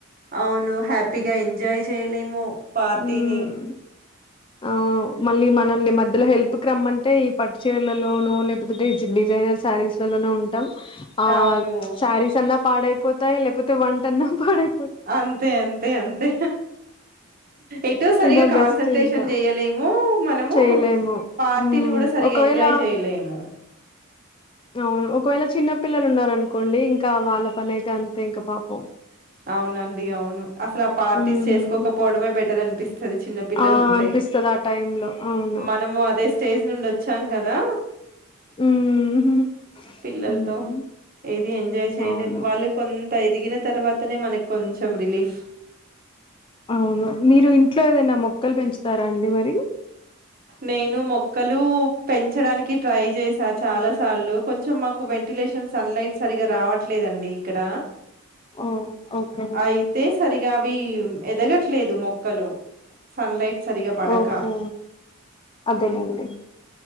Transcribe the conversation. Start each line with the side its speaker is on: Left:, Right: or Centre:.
Right: అవును హ్యాపీగా ఎంజాయ్ చేయలేము.
Left: మ్మ్
Right: తిని
Left: ఆ మళ్ళీ మనల్ని మధ్యలో హెల్ప్ కి రమ్మంటే ఈ పట్టు చీరలలోనూ లేపోతే డిజైనర్ శారీస్ లోనో ఉంటాం ఆ
Right: అవును
Left: శారీస్ అన్నా పాడైపోతాయి, లేకపోతే వంట అన్నా పాడై
Right: అంతే అంతే అంతే ఎటో సరిగా
Left: ఇదా
Right: కాన్సన్ట్రేషన్
Left: బెస్ట్ ఇంకా
Right: చెయలేము మనము,
Left: చేయలేము
Right: పార్టీని
Left: మ్మ్
Right: కూడా సరిగ
Left: ఒకవేళ
Right: ఎంజాయ్ చేయలేము.
Left: అవును ఒకవేళ చిన్నపిల్లలు ఉన్నరనుకోండి ఇంకా వాళ్ళ పని అయితే అంతే ఇంకా పాపం.
Right: అవునండి అవును అసలు ఆ పార్టీస్
Left: మ్మ్
Right: చేసుకోకపోవడమే బెటర్ అం తది చిన్న పిల్లలు
Left: ఆ
Right: ఉంటై,
Left: అనిపిస్తది ఆ టైం లో అవును
Right: మనము అదే స్టేజ్ నుండి వచ్చాం కద దా
Left: మ్మ్
Right: పిల్లలతో
Left: మ్మ్
Right: ఏది ఎంజాయ్ చేయలేం,
Left: అవును
Right: వాళ్ళు కొంత ఎదిగిన తర్వాతనే మనకు కొంచం రిలీఫ్.
Left: అవును మీరు ఇంట్లో ఏదైనా మొక్కలు పెంచుతారా అండి మరి?
Right: నేను మొక్ క్కలు పెంచడానికి ట్రై చేసా చాలా సార్లు, కొంచెం మాకు వెంటిలేషన్ సన్ లైట్ సరిగా రావట్ ట్లేదండి ఇక్కడ,
Left: ఓ ఓకే
Right: అయితే సరిగ్ గా అవి ఎదగట్లేదు మొక్కలు, సన్లైట్ సరిగా పడక
Left: ఓకే అదేలేండి